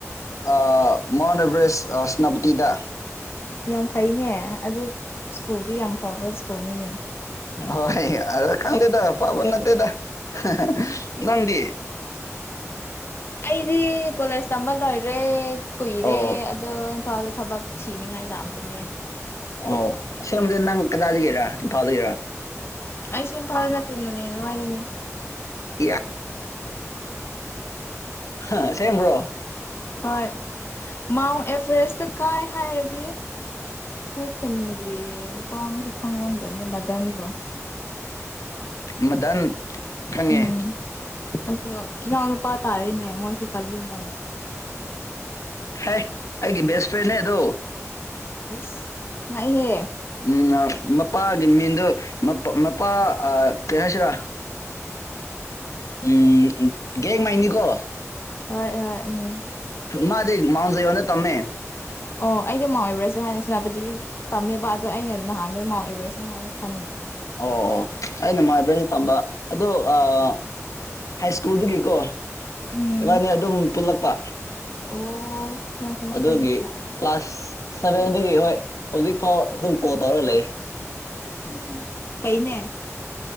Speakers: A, on the left; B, on the left.
A: ꯑ ꯃꯟ ꯑꯦꯕꯔꯦꯁ ꯁꯅꯕꯇꯤꯗ
B: ꯌꯥꯝ ꯐꯩꯅꯦ ꯑꯗꯨ ꯁ꯭ꯀꯨꯜꯗꯤ ꯌꯥꯝ ꯐꯕ ꯁ꯭ꯀꯨꯜꯅꯤꯅꯦ
A: ꯍꯣꯏ ꯑꯗ ꯈꯪꯗꯦꯗ ꯐꯕ ꯅꯠꯇꯦꯗ ꯍ ꯍ ꯅꯪꯗꯤ
B: ꯑꯩꯗꯤ ꯀꯣꯂꯦꯖ ꯇꯝꯕ ꯂꯣꯏꯔꯦ ꯀꯨꯏꯔꯦ
A: ꯑꯣ
B: ꯑꯗꯣ ꯏꯝꯐꯥꯜꯗ ꯊꯕꯛ ꯊꯤꯅꯤꯡꯉꯥꯏ ꯂꯥꯛꯄꯅꯦ
A: ꯑꯣ ꯑꯁꯦꯡꯕꯗꯤ ꯅꯪ ꯀꯗꯥꯗꯒꯤꯔꯥ ꯏꯝꯐꯥꯜꯗꯒꯤꯔꯥ
B: ꯑꯩꯁꯦ ꯏꯝꯐꯥꯜꯗꯩ ꯅꯠꯇꯦ ꯅꯣꯅꯦ ꯂꯋꯥꯥꯏꯗꯩꯅꯦ
A: ꯏꯌꯥ ꯍꯥ ꯑꯁꯦꯝꯕ꯭ꯔꯣ
B: ꯍꯣꯏ ꯃꯥꯎꯟ ꯑꯦꯚꯔꯦꯁꯇ ꯀꯥꯏ ꯍꯥꯏꯔꯗꯤ ꯑꯩꯈꯣꯏ ꯈꯨꯟꯒꯤ ꯅꯨꯄꯥ ꯑꯃꯁꯨ ꯈꯪꯔꯝꯒꯅꯤ ꯃꯗꯟꯗꯣ
A: ꯃꯗꯟ ꯈꯪꯉꯦ
B: ꯎꯝ ꯑꯗꯣ ꯏꯅꯥꯎ ꯅꯨꯨꯄꯥ ꯇꯥꯔꯦꯅꯦ ꯃꯣꯏꯖꯦ ꯀꯖꯤꯟ ꯑꯣꯏꯅꯦ ꯑꯩꯈꯣꯏꯒꯤ
A: ꯍꯦ ꯑꯩꯒꯤ ꯕꯦꯁ ꯐ꯭ꯔꯦꯟꯅꯦ ꯑꯗꯣ
B: ꯏꯁ ꯉꯥꯛꯏꯍꯦ
A: ꯎꯝ ꯅ ꯃꯄꯥꯒꯤ ꯃꯤꯡꯗꯨ ꯃꯄꯥ ꯃꯄꯥ ꯑ ꯇꯦꯍꯁꯤꯔꯥ ꯎꯝ ꯎꯝ ꯒꯦꯡ ꯃꯥꯏꯅꯤꯀꯣ
B: ꯍꯣꯏ ꯍꯣꯏ ꯎꯝ
A: ꯃꯥꯗꯤ ꯃꯥꯎꯟ ꯁꯦꯌꯣꯟꯗ ꯇꯝꯃꯦ
B: ꯑꯣ ꯑꯩꯗꯤ ꯃꯥꯎꯟ ꯑꯦꯕ꯭ꯔꯦꯖꯔ ꯍꯥꯏꯅ ꯁꯦꯅꯥꯄꯇꯤꯒꯤꯗꯗꯤ ꯇꯝꯃꯦꯕ ꯑꯗꯣ ꯑꯩꯅ ꯅꯍꯥꯟꯗꯣ ꯃꯥꯎꯟ ꯑꯦꯕꯔꯦꯁꯅꯦ ꯍꯥꯏꯅ ꯈꯟꯕ
A: ꯑꯣ ꯑꯣ ꯑꯩꯅ ꯃꯥꯏꯕ꯭ꯔꯦꯜꯗ ꯇꯝꯕ ꯑꯗꯣ ꯑꯥ ꯍꯥꯏ ꯁ꯭ꯀꯨꯜꯗꯒꯤꯀꯣ
B: ꯎꯝ
A: ꯏꯕꯥꯅꯤ ꯑꯗꯨꯝ ꯄꯨꯜꯂꯛꯄ
B: ꯑꯣ ꯍꯣꯏ ꯍꯣꯏ
A: ꯑꯗꯨꯒꯤ
B: ꯈꯪꯉꯦ ꯈꯪꯉꯦ ꯑꯗꯨꯗꯤ
A: ꯀ꯭ꯂꯥꯁ ꯁꯚꯦꯟꯗꯒꯤ ꯍꯣꯏ ꯍꯧꯖꯤꯛ ꯐꯥꯎ ꯑꯗꯨꯝ ꯀꯣꯜ ꯇꯧꯔꯒ ꯂꯩ
B: ꯍꯨꯝ ꯍꯨꯝ ꯍꯨꯝ ꯐꯩꯅꯦ